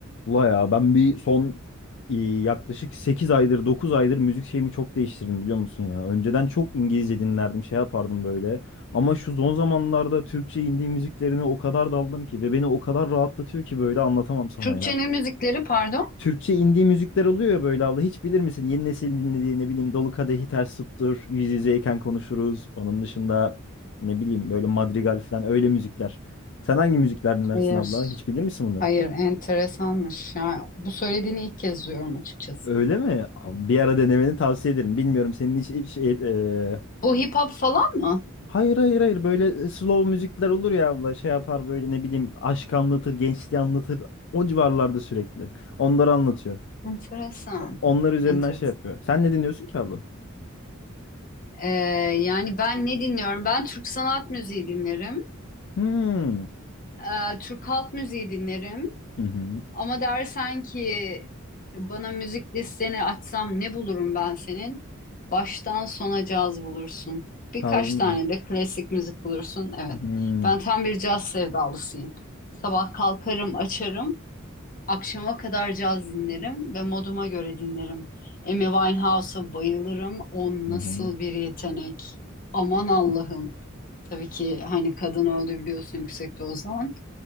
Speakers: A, on the left; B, on the left.
A: Ula ya ben bir son e, yaklaşık 8 aydır 9 aydır müzik şeyimi çok değiştirdim biliyor musun ya. Önceden çok İngilizce dinlerdim şey yapardım böyle. Ama şu son zamanlarda Türkçe indie müziklerine o kadar daldım ki ve beni o kadar rahatlatıyor ki böyle anlatamam sana
B: Türkçenin
A: ya.
B: müzikleri pardon.
A: Türkçe indie müzikler oluyor ya böyle abla hiç bilir misin? Yeni nesil dinlediği ne bileyim Dolu Kadehi Ters Tuttur, Yüz Yüzeyken Konuşuruz. Onun dışında ne bileyim böyle Madrigal falan öyle müzikler. Sen hangi müzikler dinlersin
B: Hayır,
A: abla? Hiç bilir misin bunları?
B: hayır enteresanmış. Yani bu söylediğini ilk kez duyuyorum açıkçası.
A: Öyle mi? Abi Bir ara denemeni tavsiye ederim. Bilmiyorum senin hiç, hiç şey, e,
B: Bu hip hop falan mı?
A: Hayır hayır hayır böyle slow müzikler olur ya abla şey yapar böyle ne bileyim aşk anlatır gençliği anlatır o civarlarda sürekli onları anlatıyor
B: Enteresan.
A: onlar üzerinden
B: Enteresan.
A: şey yapıyor sen ne dinliyorsun ki abla?
B: Ee, yani ben ne dinliyorum? Ben Türk sanat müziği dinlerim.
A: Hmm.
B: Ee, Türk halk müziği dinlerim.
A: Hı hı.
B: Ama dersen ki bana müzik listeni açsam ne bulurum ben senin? Baştan sona caz bulursun. Birkaç
A: Harbi mi?
B: tane de klasik müzik bulursun. Evet.
A: Hmm.
B: Ben tam bir caz sevdalısıyım. Sabah kalkarım, açarım. Akşama kadar caz dinlerim ve moduma göre dinlerim. Amy Winehouse'a bayılırım. O
A: Hı
B: nasıl
A: hı.
B: bir yetenek. Aman Allah'ım. Tabii ki hani kadın öldü biliyorsun yüksek dozdan.